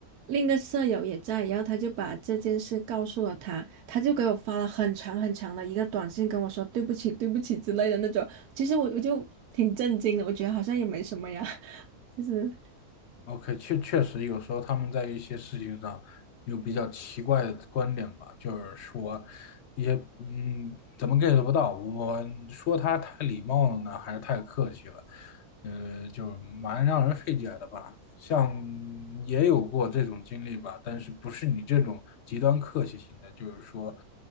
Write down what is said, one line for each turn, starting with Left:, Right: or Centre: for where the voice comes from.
Right: 另一个舍友也在，然后他就把这件事告诉了他，他就给我发了很长很长的一个短信，跟我说对不起对不起之类的那种。其实我我就挺震惊的，我觉得好像也没什么呀，<laughs> 就是。
Left: OK 确确实有时候他们在一些事情上有比较奇怪的观点吧，就是说一些嗯怎么 get 不到，我说他太礼貌了呢，还是太客气了，呃，就蛮让人费解的吧。像也有过这种经历吧，但是不是你这种极端客气型的，就是说，